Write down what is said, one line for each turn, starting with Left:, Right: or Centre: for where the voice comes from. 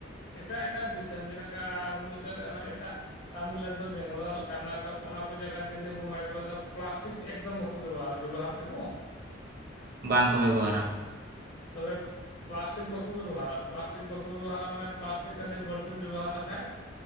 Left: ᱮᱴᱟᱜ ᱮᱴᱟᱜ ᱫᱤᱥᱚᱢ ᱡᱮᱞᱮᱠᱟ ᱟᱵᱚ ᱱᱚᱛᱮ ᱫᱚ ᱟᱨᱦᱚᱸ ᱮᱴᱟᱜ ᱛᱟᱢᱤᱞᱱᱟᱲᱩ ᱵᱮᱝᱜᱟᱞᱳᱨ ᱠᱟᱨᱱᱟᱴᱚᱠ ᱚᱱᱟ ᱠᱚ ᱡᱟᱭᱜᱟ ᱫᱤᱞᱞᱤ ᱵᱳᱢᱵᱟᱭ ᱠᱚᱨᱮ ᱫᱚ ᱯᱞᱟᱥᱴᱤᱠ ᱮᱠᱫᱚᱢ ᱵᱟᱠᱚ ᱵᱮᱵᱷᱚᱦᱟᱨᱟ ᱵᱮᱵᱚᱦᱟᱨ ᱛᱮᱠᱚ
Right: ᱵᱟᱝᱠᱚ ᱵᱮᱵᱷᱚᱦᱟᱨᱟ ᱾
Left: ᱛᱚᱵᱮ ᱯᱮᱞᱟᱥᱴᱤᱠ ᱵᱟᱠᱚ ᱵᱮᱵᱷᱚᱦᱟᱨᱟ ᱯᱮᱞᱟᱥᱴᱤᱠ ᱵᱟᱠᱚ ᱵᱮᱵᱷᱚᱦᱟᱨ᱾ ᱢᱟᱱᱮ ᱯᱮᱞᱟᱥᱴᱤᱠ ᱟᱹᱰᱤ ᱵᱟᱹᱲᱛᱤᱢ ᱵᱮᱵᱷᱚᱦᱟᱨ ᱞᱮᱠᱷᱟᱡ